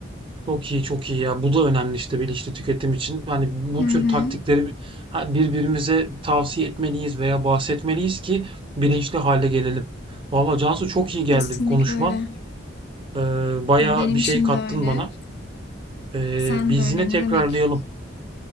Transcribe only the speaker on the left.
Hı hı.
Kesinlikle
öyle.
Benim
için
de öyle.
Sen
de öyle.
Ne demek?